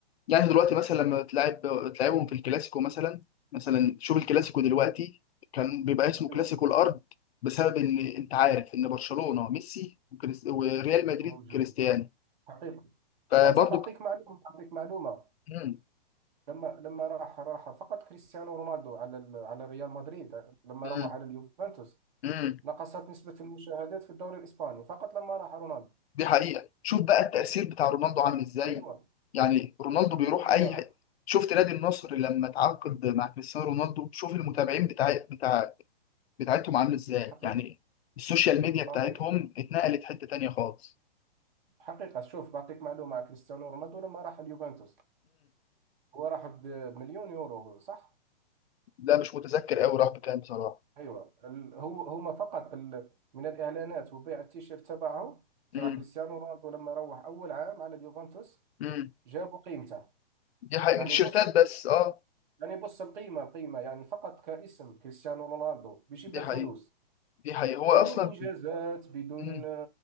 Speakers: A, on the left (about 85°); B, on the right (about 50°).
A: يعني دلوقتي مثلا لما بتلعب بتلعبهم في الكلاسيكو مثلا مثلا شوف الكلاسيكو دلوقتي كان بيبقى اسمه
B: ايوه
A: كلاسيكو الارض بسبب ان انت عارف ان برشلونة ميسي وكريس- وريال مدريد
B: موجود
A: كريستيانو
B: حقيقه
A: فبرضه
B: حتى بعطيك
A: ك-
B: معلومه بعطيك معلومه
A: مم.
B: لما لما راح راح فقط كريستيانو رونالدو على ال- على ريال مدريد لما
A: مم.
B: روح على اليوفنتوس
A: مم.
B: نقصت نسبة المشاهدات في الدوري الإسباني فقط لما راح رونالدو
A: دي حقيقة شوف بقى التأثير بتاع رونالدو عامل
B: حقيقة
A: ازاي
B: أيوة
A: يعني رونالدو بيروح
B: أيوة
A: اي حتة شفت نادي النصر لما تعاقد مع كريستيانو رونالدو شوف المتابعين بتاع بتاع بتاعتهم عامل ازاي
B: حقيقة
A: يعني السوشيال ميديا
B: بعطيك
A: بتاعتهم اتنقلت حتة تانية خالص
B: حقيقة شوف بعطيك معلومة على كريستيانو رونالدو لما راح اليوفنتوس هو راح ب- بمليون يورو صح؟
A: لا مش متذكر قوي راح بكام بصراحه
B: أيوة ال- هو هما فقط بال- من الإعلانات وبيع التيشيرت تبعه تبع
A: امم
B: كريستيانو رونالدو لما روح أول عام على اليوفنتوس
A: امم
B: جابوا قيمته
A: دي حقيقة
B: يعني
A: من التيشيرتات
B: بص
A: بس اه
B: يعني بص القيمة القيمة يعني فقط كاسم كريستيانو رونالدو بيجيب
A: دي
B: لك
A: حقيقة
B: فلوس
A: دي حقيقة هو
B: بدون
A: اصلا
B: انجازات بدون
A: امم